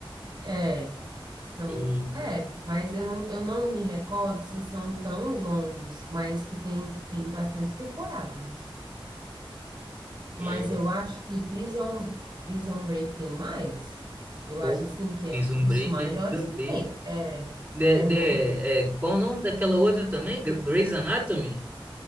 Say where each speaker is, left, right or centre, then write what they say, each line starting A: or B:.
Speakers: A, on the right; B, on the right.
A: é. São,
B: Eita,
A: é, mas eu não, eu não me recordo se são tão longos, mas que tem, tem bastante temporadas, assim.
B: é,
A: Mas eu acho que Prison, Prison Break tem mais. Eu
B: pô,
A: acho assim que
B: Prison
A: é um dos
B: Break
A: maiores
B: é gigantesco.
A: que tem. É,
B: De,
A: é
B: de,
A: muito.
B: é, qual o nome daquela outra também? Gr- Grey's Anatomy?